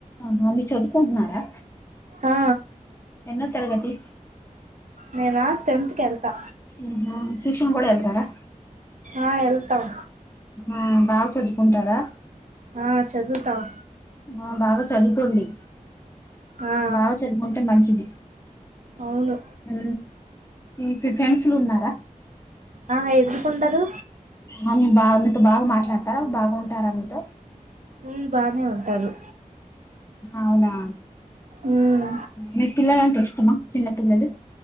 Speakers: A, on the left; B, on the right.
A: ఆహా మీ చదువుకుంటున్నారా
B: ఆ
A: ఎన్నో తరగతి
B: నేనా టెన్త్ కి వెళ్తా
A: ఉహు ట్యూషన్ కూడా ఎల్తారా
B: ఆ వెళ్తాం
A: ఆ బాగ చదువుకుంటారా
B: ఆ చదువుతాం
A: ఆ బాగా చదువుకోండి
B: ఆ
A: బాగా చదువుకుంటే మంచిది
B: అవును
A: ఊ మీకు ఫెండ్స్లు ఉన్నారా
B: ఆ ఎందుకుండరు
A: ఆమె బాబితో బాగా మాట్లాడ టరా బాగుంటారా మీతో
B: ఉమ్ బానే ఉంటారు
A: అవునా
B: ఉమ్
A: మీ పిల్లల అంటే ఇష్టమా చిన్న పిల్లలు